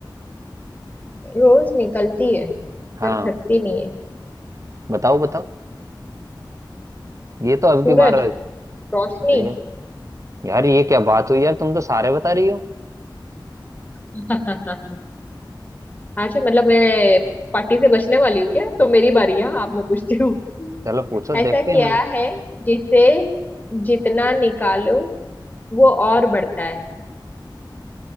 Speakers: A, on the left; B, on the right.
A: रोज निकलती है
B: हाँ
A: पर थकती नहीं है
B: बताओ बताओ ये तो अब
A: सूरज
B: की बार
A: रोशनी
B: अरे यार ये क्या बात हुई यार तुम तो सारे बता रही हो
A: <laughs> अच्छा मतलब मैं पार्टी से बचने वाली हूँ क्या तो मेरी बारी है आप मैं पूछती हूँ
B: चलो पूछो देखते
A: ऐसा क्या
B: हैं मैं
A: है जिसे जितना निकालो वो और बढ़ता है